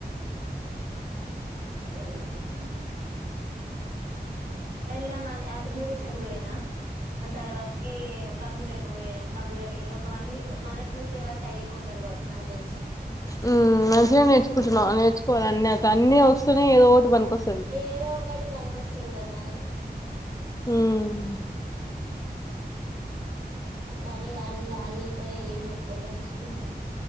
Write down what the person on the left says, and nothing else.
ఉమ్ మంచిగానే నేర్చుకుంటున్నావు నేర్చుకోవాల అన్ని అట్ అన్నీ వస్తున్నాయి ఏదో ఒకటి పనికొస్తది
ఉమ్